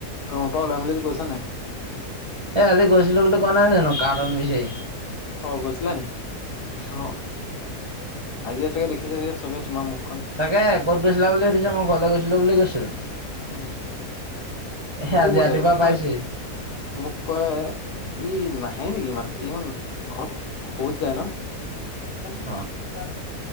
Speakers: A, on the left; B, on the right.
A: ৰুমৰ পৰা উলাই মেলি গৈছা নাই?
B: এ আজি গৈছিলো বুলি কোৱা নাই জানো? কাৰ্টন বিছাৰি।
A: অহ গৈছিলা নি? অহ, আজিয়ে চাগে দেখিছে চাগে চবে তোমাৰ মুখ
B: তাকে ক'ত গৈছিলা বুলি সুধিছে মই ঘৰলৈ গৈছিলো বুলি কৈছিলো৷
A: উম,
B: সেই
A: মোকো
B: আজি
A: সোধে?
B: ৰাতিপুৱা
A: মোক কয়
B: পাইছোহি
A: মোক কয় ই নাহ নাহে নেকি ইমান ইমান ঘৰত বহুত যায় ন? <unintelligible>
B: অ